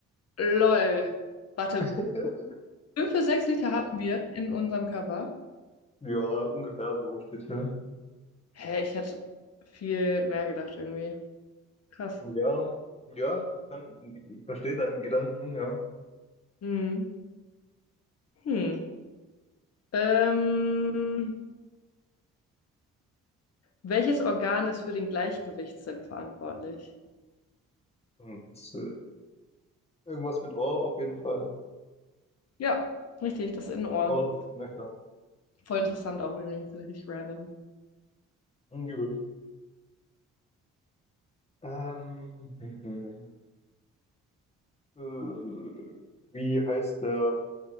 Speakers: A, on the left; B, on the left.
A: Lol. Warte,
B: <laughs>
A: Fünf bis sechs Liter haben wir in unserem Körper.
B: ja, ungefähr so steht hier.
A: Hä, ich hätte viel mehr gedacht irgendwie. Krass.
B: Ja, ja, kann, ich verstehe deinen Gedanken, ja.
A: Hm. Hm. Ähm, welches Organ ist für den Gleichgewichtssinn verantwortlich?
B: Hm, ist, äh, irgendwas mit Ohr auf jeden Fall.
A: Ja, richtig, das Innenohr.
B: Ohr, na klar.
A: Voll interessant auch irgendwie, so richtig random.
B: Hm, Übel. Ähm, hm, hm. Äh, wie heißt der